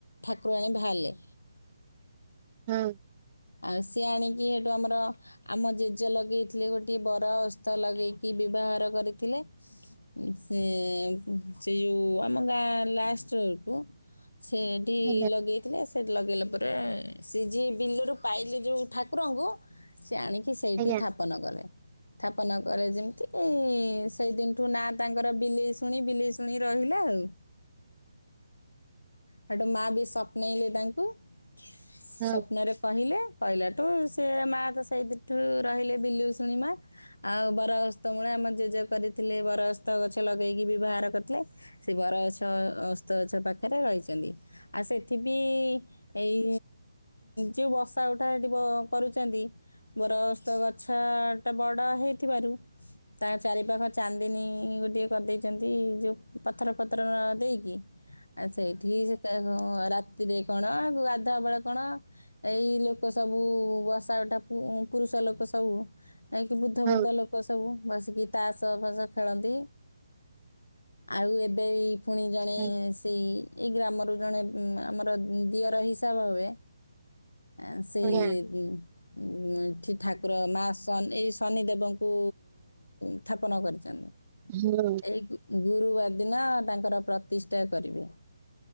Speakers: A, on the left; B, on the right.
A: ଠାକୁରାଣୀ ବାହାରିଲେ।
B: ହଁ।
A: ଆ ସିଏ ଆଣିକି ସେଇଠୁ ଆମର ଆମ ଜେଜ ଲଗେଇଥିଲେ ଗୋଟିଏ ବର ଓସ୍ତ ଲଗେଇକି ବିଭାଘର କରିଥିଲେ। ସେ ସେ ଯୋଉଁ ଆମ ଗାଁ ଲାଷ୍ଟବେଳକୁ ସେ ଏଠି
B: ଆଜ୍ଞା
A: ଲଗେଇଥିଲେ। ସେଠି ଲଗେଇଲା ପରେ ସେ ଯିଏ ବିଲରୁ ପାଇଲେ ଯୋଉ ଠାକୁରଙ୍କୁ ସେ ଆଣିକି ସେଇଠି
B: ଆଜ୍ଞା
A: ଥାପନ କଲେ। ସ୍ଥାପନ କରେ ଯେମିତି ସେଇଦିନଠୁ ନା ତାଙ୍କର ବିଲେଇଶୁଣି ବିଲେଇଶୁଣି ରହିଲା ଆଉ ସେଠୁ ମା ବି ସପ୍ନେଇଲେ ତାଙ୍କୁ ସପ୍ନରେ
B: ଆଜ୍ଞା,
A: କହିଲେ। କହିଲାଠୁ ସେ ମା ତ ସେଇଦିନଠୁ ରହିଲେ ବିଲୁଇଶୁଣ ମା। ଆଉ ବର ଓସ୍ତ ମୂଳେ ଆମ ଜେଜେ କରିଥିଲେ। ବର ଓସ୍ତ ଗଛ ଲଗେଇକି ବିଭା ଘର କରିଥିଲେ। ସେ ବରଗଛ ଓସ୍ତଗଛ ପାଖରେ ରହିଛନ୍ତି। ଆଉ ସେଠିବି ଏଇ ଯୋଉ ବସା ଉଠା ସେଠି କରୁଛନ୍ତି। ବର ଓସ୍ତ ଗଛ ଟା ବଡ଼ ହେଇଥିବାରୁ ତା ଚାରିପାଖ ଚାନ୍ଦିନୀ ଗୋଟିଏ କରିଦେଇଛନ୍ତି। ଯୋଉ ପଥର ଫଥର ଦେଇକି। ଆ ସେଇଠି ସେତ ରାତିରେ କଣ ଗାଧୁଆ ବେଳେ କଣ ଏଇ ଲୋକ ସବୁ ବଷା ଉଠା ପୁ- ପୁରୁଷ ଲୋକ ସବୁ ଏକି ବୁଦ୍ଧ
B: ହଁ
A: ବୁଦ୍ଧ ଲୋ କ ସବୁ ବସିକି ତାସ ଫାଶ ଖେଳନ୍ତି। ଆଉ ଏବେ ଏଇ ପୁଣି ଜଣେ
B: ହଁ ହଁ
A: ସେଇ ଏଇ ଗ୍ରାମରୁ ଜଣେ ଆମର ଦିଅର ହିସାବ ହେବେ ଏଁ ସେଇ
B: ଆଜ୍ଞା
A: ଉଁ ଠି ଠାକୁର ମା ଶ ଏଇ ଶନିଦେବଙ୍କୁ ସ୍ଥାପନ କରିଛନ୍ତି।
B: ହୁଁ।
A: ଏଇ ଗୁରୁବାର ଦିନ ତାଙ୍କର ପ୍ରତିଷ୍ଠା କରିବେ